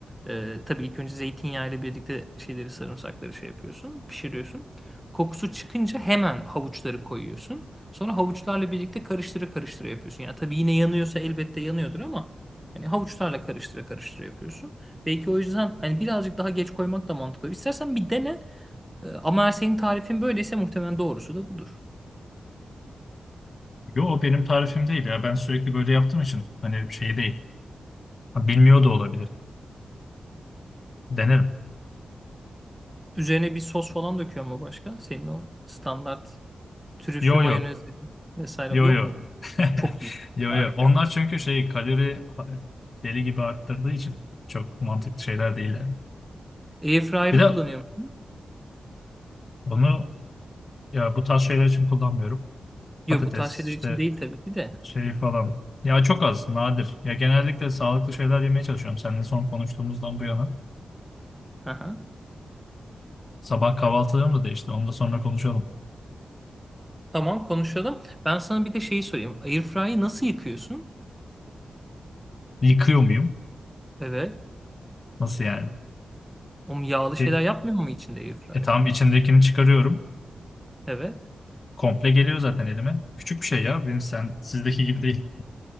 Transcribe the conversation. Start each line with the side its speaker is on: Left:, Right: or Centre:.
Centre: Ee, tabii ilk önce zeytinyağı ile birlikte şeyleri sarımsakları şey yapıyorsun. Pişiriyorsun. Kokusu çıkınca hemen havuçları koyuyorsun. Sonra havuçlarla birlikte karıştıra karıştıra yapıyorsun. Yani tabii yine yanıyorsa elbette yanıyordur ama hani havuçlarla karıştıra karıştıra yapıyorsun. Belki o yüzden hani birazcık daha geç koymak da mantıklı. İstersen bir dene. Ee, Ama eğer senin tarifin böyleyse muhtemelen doğrusu da budur.
Left: Yo o benim tarifim değil ya. Ben sürekli böyle yaptığım için hani şey değil. Ha, Bilmiyor da olabilirim. Denerim.
Centre: Üzerine bir sos falan döküyor mu başka? Senin o standart trüflü
Left: Yo
Centre: mayonez
Left: yo.
Centre: vesaire
Left: Yo
Centre: yok
Left: yo.
Centre: mu?
Left: <laughs>
Centre: Çok iyi.
Left: Yo
Centre: Harika.
Left: yo. Onlar çünkü şey kalori ha- deli gibi arttırdığı için çok mantıklı şeyler değil yani.
Centre: Airfryer'ı
Left: Bir de
Centre: kullanıyor musun?
Left: onu ya bu tarz şeyler için kullanmıyorum.
Centre: Yok
Left: Patates
Centre: bu tarz şeyler
Left: işte
Centre: için değil tabii ki de.
Left: şey falan. Ya çok az, nadir. Ya genellikle sağlıklı şeyler yemeye çalışıyorum. Seninle son konuştuğumuzdan bu yana.
Centre: Aha.
Left: Sabah kahvaltılarım da değişti. Onu da sonra konuşalım.
Centre: Tamam konuşalım. Ben sana bir de şeyi sorayım. Airfryer'ı nasıl yıkıyorsun?
Left: Yıkıyor muyum?
Centre: Evet.
Left: Nasıl yani?
Centre: O yağlı şeyler
Left: E,
Centre: yapmıyor mu içinde airfryer?
Left: E tamam içindekini çıkarıyorum.
Centre: Evet.
Left: Komple geliyor zaten elime. Küçük bir şey ya. Benim sen sizdeki gibi değil.